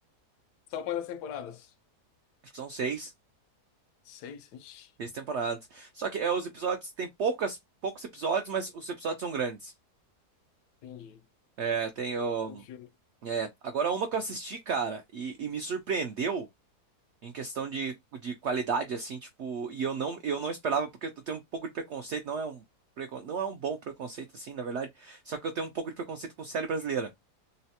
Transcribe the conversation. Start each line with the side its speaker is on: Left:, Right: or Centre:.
Left: São quantas temporadas?
Right: acho que são seis.
Left: Seis? Ixi,
Right: Três temporadas. Só que é, os episódios tem poucas, poucos episódios, mas os episódios são grandes.
Left: entendi.
Right: É, tem o.
Left: Um filme.
Right: É, agora uma que eu assisti, cara, e, e me surpreendeu em questão de, de qualidade, assim, tipo, e eu não, eu não esperava, porque eu tenho um pouco de preconceito, não é um, precon- não é um bom preconceito, assim, na verdade. Só que eu tenho um pouco de preconceito com série brasileira.